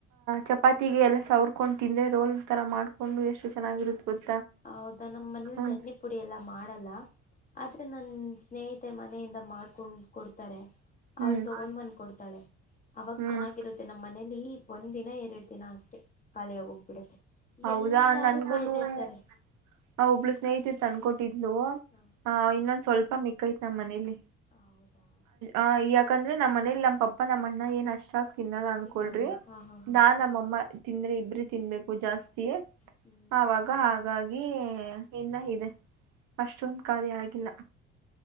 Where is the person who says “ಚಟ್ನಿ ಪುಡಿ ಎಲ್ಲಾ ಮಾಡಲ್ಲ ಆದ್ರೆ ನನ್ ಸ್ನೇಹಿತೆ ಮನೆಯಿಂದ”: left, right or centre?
Left